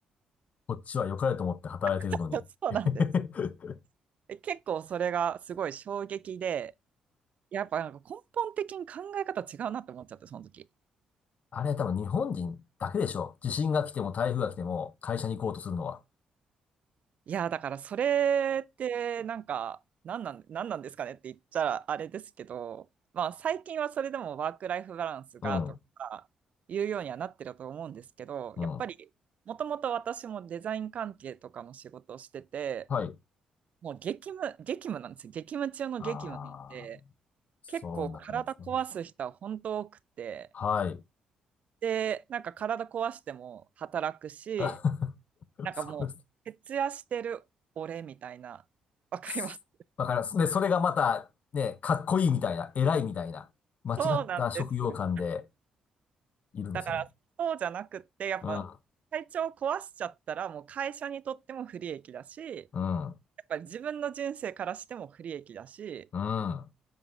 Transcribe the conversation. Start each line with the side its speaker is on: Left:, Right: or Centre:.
Left: こっちは良かれと思って働いてるのに。
Right: <laughs> そうなんです。
Left: <laughs>
Right: え結構それがすごい衝撃で、やっぱなんか根本的に考え方違うなって思っちゃって、その時。
Left: あれ多分日本人だけでしょ。地震が来ても台風が来ても会社に行こうとするのは。
Right: いや、だからそれってなんか、なんなん、なんなんですかねって言ったらあれですけど、まあ最近はそれでもワークライフバランスがとかいうようにはなってると思うんですけど、
Left: うん、うん。
Right: やっぱりもともと私もデザイン関係とかの仕事をしてて、
Left: はい。
Right: もう激務、激務なんですよ。激務中の激務なんで、
Left: ああ、そんな感じですね。
Right: 結構体壊す人は本当多くて、
Left: はい。
Right: で、なんか体壊しても働くし、
Left: <laughs>
Right: なんかもう、
Left: そうで
Right: 徹夜してる俺みたいな、わかります。
Left: す。すだから、で、それがまた、ね、かっこいいみたいな、偉いみたいな、間違った職業観で
Right: そうなんですよ。
Left: いるんですよね。
Right: だから、そうじゃなくって、やっぱ、
Left: うん、
Right: 体調を壊しちゃったら、もう会社にとっても不利益だし、
Left: うん、
Right: やっぱり自分の人生からしても不利益だし、
Left: うん、